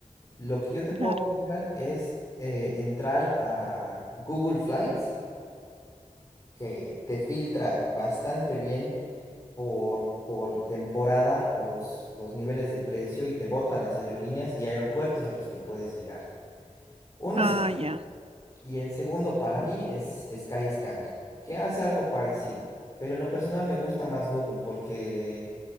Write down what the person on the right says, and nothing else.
Claro.
Ah,
ya.